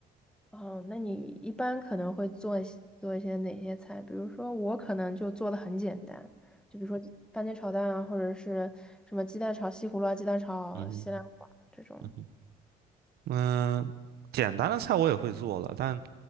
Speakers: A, in the centre; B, on the right (about 70°).
A: 哦，那你一般可能会做一些做一些哪些菜？比如说我可能就做的很简单，就比如说番茄炒蛋啊，或者是什么鸡蛋炒西葫芦啊、鸡蛋炒西兰花这种。
B: 嗯哼，嗯哼。嗯，简单的菜我也会做了，但